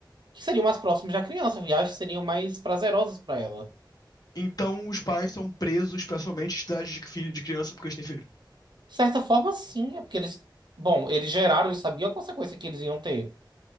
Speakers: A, on the right; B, on the left.
A: que seriam mais próximos da criança, viagens seriam mais prazerosas pra ela.
B: Então, os pais são presos pra somente idade de filho de criança porque eles têm filho.
A: De certa forma, sim, é porque eles. Bom, eles geraram e sabiam a consequência que eles iam ter.